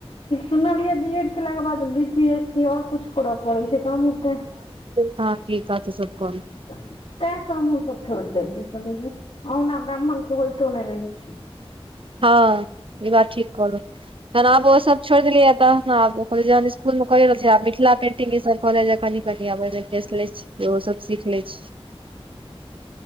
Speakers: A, on the left (about 60°); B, on the right (about 60°).
A: सुनलियै बी एड केलाके बाद बी पी एस सी आओर कुछ करऽ पड़ै छै, हमहूं तैं।
B: त ठीक कहत सब कोन।
A: तेय सँ हमहूँ सब छोड़ि देलियै कहले जो अहुना ब्राह्मण कियै होइतो नहि रहै छै।
B: हँ ई बात ठीक करलहु तहन आब ओ सब छोड़ि देलिया तहनऽ आब। इसकुल में कहे रहल छिय मिथिल पेंटिंग कहलिय जे कनी-कनी आब ओइ मे इंटेस्ट लै छि फेर ओहो सब सीख लैछी।